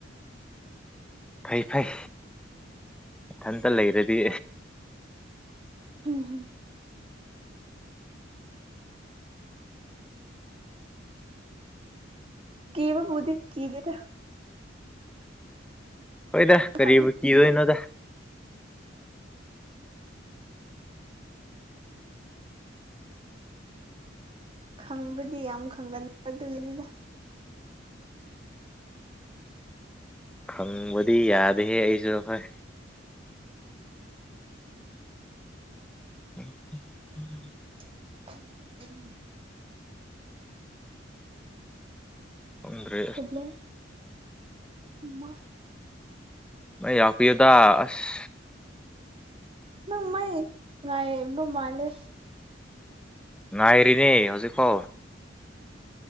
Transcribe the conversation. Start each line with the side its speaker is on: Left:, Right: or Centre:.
Centre: ꯐꯩ ꯐꯩ ꯏꯊꯟꯇ ꯂꯩꯔꯗꯤ
Right: ꯑꯣ ꯍꯣ ꯀꯕꯕꯨꯗꯤ ꯀꯤꯗꯦꯗ
Centre: ꯍꯣꯏꯗ ꯀꯔꯤꯕꯨ
Right: ꯈꯪꯉꯦ
Centre: ꯀꯤꯗꯣꯏꯅꯣꯗ
Right: ꯈꯪꯕꯗꯤ ꯌꯥꯝ ꯈꯪꯗꯅꯤ ꯑꯗꯨꯒꯤꯅꯤꯗ
Centre: ꯍꯪꯕꯗꯤ ꯌꯥꯗꯦꯍꯦ ꯑꯩꯁꯨ ꯍꯣꯏ <unintelligible>
Right: <unintelligible>
Centre: ꯈꯪꯗ꯭ꯔꯦ
Right: <unintelligible>
Centre: ꯃ ꯌꯥꯥꯛꯄꯤꯌꯨꯗ ꯑꯁ
Right: ꯅꯪ ꯃꯥꯏ ꯉꯥꯏ ꯃ ꯃꯥꯂꯦ
Centre: ꯉꯥꯏ ꯑꯦꯔꯤꯅꯦ ꯍꯧꯖꯤꯛ ꯈꯣ